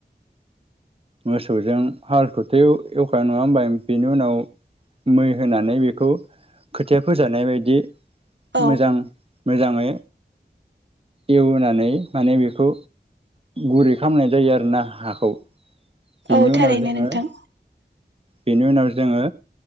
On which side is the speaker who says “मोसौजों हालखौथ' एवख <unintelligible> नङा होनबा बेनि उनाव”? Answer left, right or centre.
Right